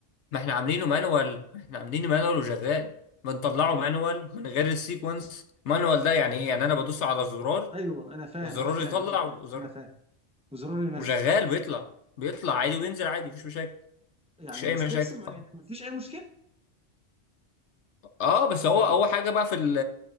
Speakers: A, on the left; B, in the centre.
A: ما احنا عاملينه مانوال احنا عاملينه مانوال وشغال بنطلعه مانوال من غير السيكونس مانوال ده يعني ايه يعني انا بدوس على زرار
B: ايوه انا فاهم
A: وزرار
B: انا فاهم
A: يطلع
B: انا فاهم
A: وزر
B: انا فاهم وزرار ينزل
A: وشغال بيطلع بيطلع عادي وبينزل عادي مفيش مشاكل
B: يعني
A: مفيش اي
B: الستبس
A: مشاكل
B: م-
A: خالص.
B: يعني مفيش اي مشكله
A: اه بس هو
B: مم.
A: اول حاجه بقى في ال